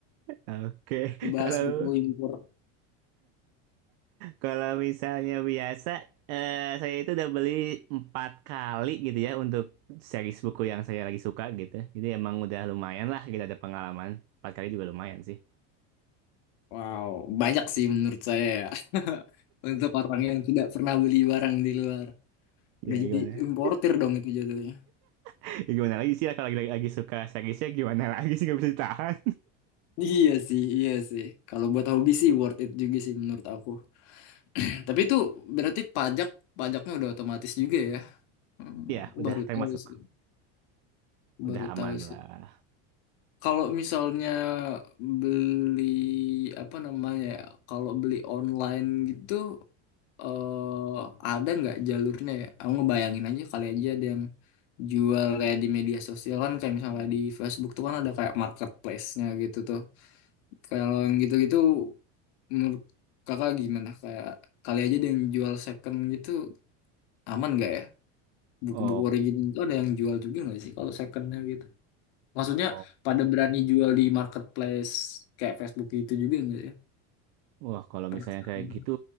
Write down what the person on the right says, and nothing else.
Oke. <laughs>
Kalau
<laughs>
kalau misalnya biasa eh, saya itu udah beli empat kali gitu ya untuk series buku yang saya lagi suka gitu. Jadi emang udah lumayan lah kita ada pengalaman. Empat kali juga lumayan sih.
Ya
gimana?
<laughs>
Ya, gimana lagi sih lah kalau lagi, lagi lagi suka seriesnya gimana <laughs> lagi sih nggak bisa ditahan.
<laughs> Ya,
udah
termasuk.
Udah
aman
lah.
Oh,
Oh.
Wah, kalau
misalnya kayak gitu,